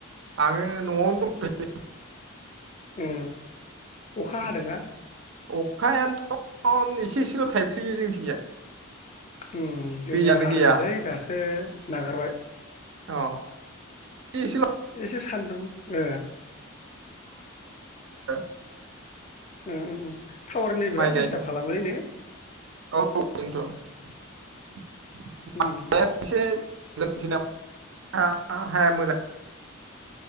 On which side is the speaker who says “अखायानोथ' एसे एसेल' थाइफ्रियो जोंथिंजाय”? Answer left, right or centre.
Right